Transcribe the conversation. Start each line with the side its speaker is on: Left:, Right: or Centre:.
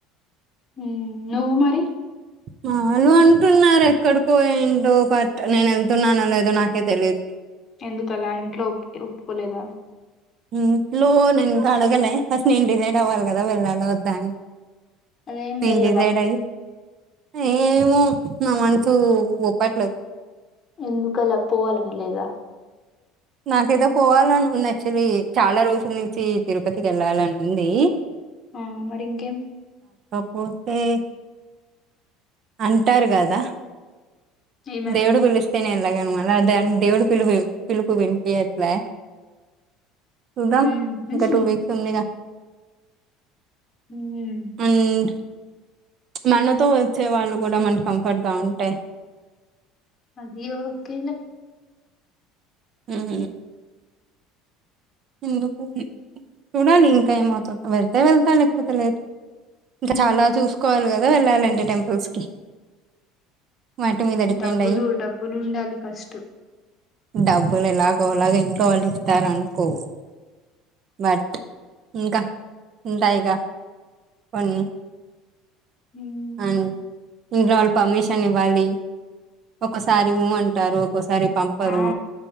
Left: ఉమ్ నువ్వు మరి
Right: వాళు అంటున్నారు ఎక్కడికో ఏంటో బట్ నేను వెళ్తున్నానో లేదో నాకే తెలియదు
Left: ఎందుకలా ఇంట్లో ఒప్పుకో ఒప్పుకోలేదా
Right: ఇంట్లో నేన్ ఇంకా అడగలే ఫస్ట్ నేను డిజైడ్ అవ్వాలి కదా వెళ్ళాలా వద్దా అని
Left: అదేం
Right: నేను
Left: వెళ్లవా
Right: డిసైడ్ అయ్యి ఏమో నా మనసు గొప్పట్లేదు
Left: ఎందుకు అలా పోవాలని లేదా
Right: నాకేతే పోవాలని ఉంది యాక్చులీ చాలా రోజుల నుంచి తిరుపతికి వెళ్ళాలని ఉంది
Left: ఆ మరి ఇంకేం
Right: పోతే అంటారు కదా
Left: ఏమని
Right: దేవుడు పీలుస్తేనే ఎ మ ద దేవుడు పిలుపు పిలుపు విన్నిపియట్లే చూద్దాం
Left: "మ్మ్, మ్మ్,
Right: ఇంకా టూ వీక్స్ ఉందిగా
Left: మ్మ్,
Right: అండ్ మనతో వచ్చే వాళ్ళు కూడా మనకు కంఫర్ట్ గా ఉంటే
Left: అది ఓకేలా
Right: ఉహ్మ్ ఎందుకు చూడాలి ఇంకా ఏమవుతుందో వెళ్తే వెళ్తా లేపోతే లే ఇంకా
Left: మ్మ్."
Right: చాలా చూసుకోవాలి కదా వెళ్ళాలంటే టెంపుల్స్ కి వాటి మీద డిపెండ్
Left: డబ్బులు
Right: అయ్యి
Left: డబ్బులుండాలి ఫస్ట్
Right: డబ్బులు ఎలాగోలాగా ఇంట్లో వాళ్ళు ఇస్తారు అనుకో బట్ ఇంకా ఉంటాయిగా కొన్ని
Left: మ్మ్.
Right: అం ఇంట్లో వాళ్ళు పర్మిషన్ ఇవ్వాలి ఒకసారి ఊ అంటారు ఒకసారి పంపరు
Left: ఆ